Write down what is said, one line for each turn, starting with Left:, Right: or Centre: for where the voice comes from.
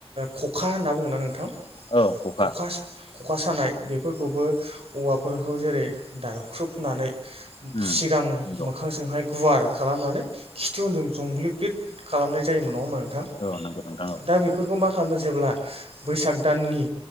Right: खखा होनना बुङो ना नोंथां
Left: औ खखा
Right: ख'खा सानाय बेफोरखौबो औवाफोरखौ जेरै दानख्रुबनानै।
Left: उम
Right: सिगां
Left: नंगौ
Right: मोखांजोंहाय गुवार खालामनानै। खितुउनजों जंब्लिब्लिद खालामनाय जायोमोन नङामोन नोंथां।
Left: औ नांगौ नोंथा औ।
Right: दा बेफोरखौ मा खालामो जेब्ला बैसाग दाननि